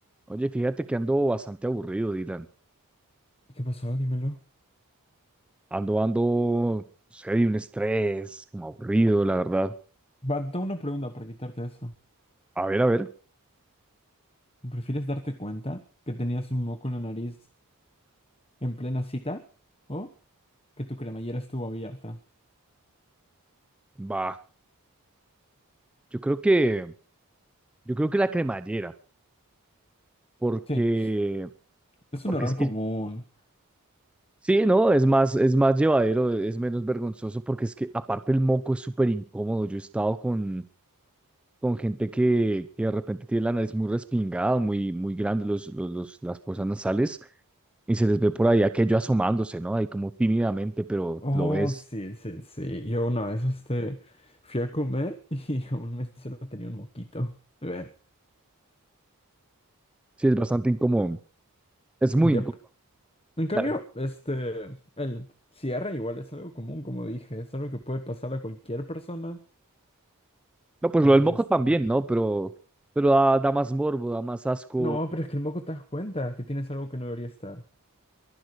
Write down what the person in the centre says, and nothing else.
Oye, fíjate que ando bastante aburrido, Dylan.
Ando, ando, no sé, de un estrés, como aburrido, la verdad.
A ver, a ver,
va. Yo creo que, yo creo que la cremallera, porque,
porque
es que,
sí, no, es más, es más llevadero, es menos vergonzoso, porque es que aparte el moco es súper incómodo. Yo he estado con, con gente que, que de repente tiene la nariz muy respingada, muy, muy grande, los, los, los- las fosas nasales, y se les ve por ahí aquello asomándose, ¿no? Ahí como tímidamente, pero
lo ves.
Sí, es bastante incómodo. Es muy
incómodo.
A veces-
No, pues
lo del moco también,
¿no? Pero, pero da, da más morbo, da más asco.